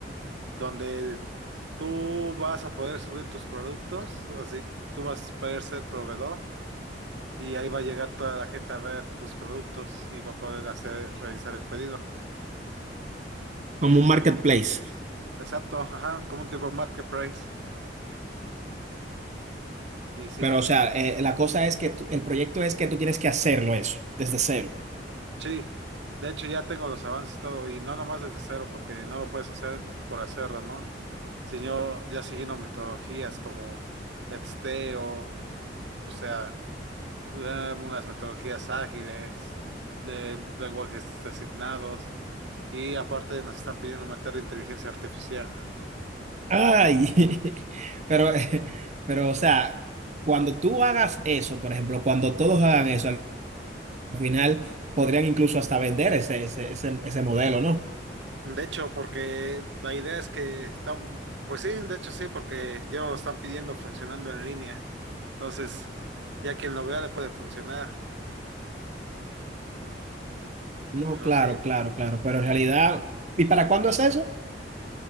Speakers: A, on the right; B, on the right.
A: donde tú vas a poder subir tus productos, así tú vas a poder ser proveedor y ahí va a llegar toda la gente a ver tus productos y va a poder hacer, realizar el pedido.
B: Como un marketplace.
A: Exacto, ajá, como un tipo marketplace. Y sí,
B: Pero, o sea, eh, la cosa es que tú- el proyecto es que tú tienes que hacerlo eso, desde cero.
A: sí, de hecho ya tengo los avances y todo, y no nomás desde cero, porque no lo puedes hacer por hacerlo, ¿no? Sino ya siguiendo metodologías como de testeo, o sea. eh, unas metodologías ágiles, eh, lenguajes designados y aparte nos están pidiendo meter inteligencia artificial.
B: Ay, <laughs> pero, eh, pero, o sea, cuando tú hagas eso, por ejemplo, cuando todos hagan eso, al al final podrían incluso hasta vender ese, ese, ese, ese modelo, ¿no?
A: De hecho, porque la idea es que están, pues sí, de hecho sí, porque ya no lo están pidiendo funcionando en línea. Entonces, ya quien lo vea le puede funcionar,
B: No,
A: pero
B: claro,
A: sí,
B: claro, claro, pero en realidad, ¿y para cuándo es eso?